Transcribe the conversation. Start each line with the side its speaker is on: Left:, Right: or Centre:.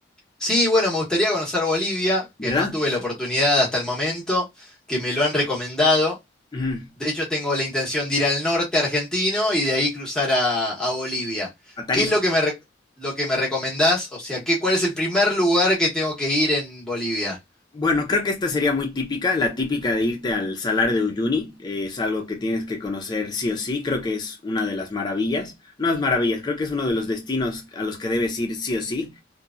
Centre: Sí, bueno, me gustaría conocer Bolivia,
Left: ¿verdad?
Centre: que no tuve la oportunidad hasta el momento, que me lo han recomendado.
Left: Ujú,
Centre: De hecho, tengo la intención de ir al norte argentino y de ahí cruzar a, a Bolivia.
Left: A Tarija.
Centre: ¿Qué es lo que me, re- lo que me recomendás? O sea, ¿qué, cuál es el primer lugar que tengo que ir en Bolivia?
Left: Bueno, creo que esta sería muy típica, la típica de irte al Salar de Uyuni, eh, es algo que tienes que conocer sí o sí, creo que es una de las maravillas, no es maravillas, creo que es uno de los destinos a los que debes ir sí o sí.